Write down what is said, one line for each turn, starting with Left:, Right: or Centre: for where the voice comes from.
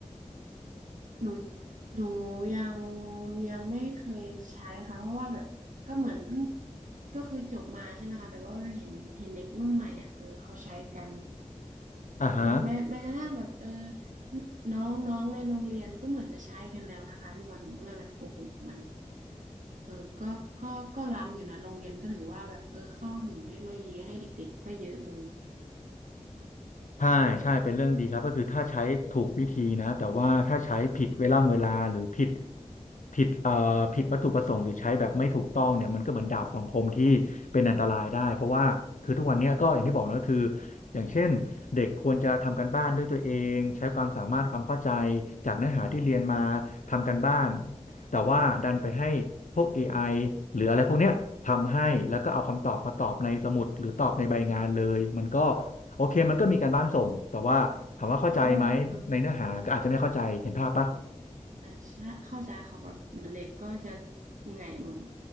Right: หนูหนูยังยังไม่เคยใช้ค่ะเพราะว่าแบบก็เหมือนเพิ่งก็คือจบมาใช่ไหมคะแต่ว่าเห็นเห็นเด็กรุ่นใหม่อ่ะเออเขาใช้กัน
Left: อ่าฮะ
Right: แบบแม้แม้กระทั่งแบบเออน้องน้องในโรงเรียนก็เหมือนจะใช้กันแล้วนะคะพี่บอลหนูก็เลยแบบโอ้โหมันเออก็ก็ก็ล้ำอยู่นะโรงเรียนก็ถือว่าแบบเออเข้าถึงเทคโนโลยีให้เด็กๆก็เยอะเลย
Left: ใช่ใช่เป็นเรื่องดีครับก็คือถ้าใช้ถูกวิธีนะแต่ว่าถ้าใช้ผิดเวลาเวลาหรือผิดผิดเอ่อผิดวัตถุประสงค์หรือใช้แบบไม่ถูกต้องเนี่ยมันก็เหมือนดาบสองคมที่เป็นอันตรายได้เพราะว่าคือทุกวันเนี้ยก็อย่างที่บอกนะก็คืออย่างเช่นเด็กควรจะทำการบ้านด้วยตัวเองใช้ความสามารถความเข้าใจจากเนื้อหาที่เรียนมาทำการบ้านแต่ว่าดันไปให้พวก a อไอหรืออะไรพวกเนี้ยทำให้แล้วก็เอาคำตอบมาตอบในสมุดหรือตอบในใบงานเลยมันก็ โอเคมันก็มีการบ้านส่ง แต่ว่าถามว่าเข้าใจไหมในเนื้อหาก็อาจจะไม่เข้าใจ
Right: แล้วก็เอออ๋อ
Left: เห็นภาพปะ
Right: เใช่เข้าใจค่ะแบบเหมือนเด็กก็จะยังไงเหมือน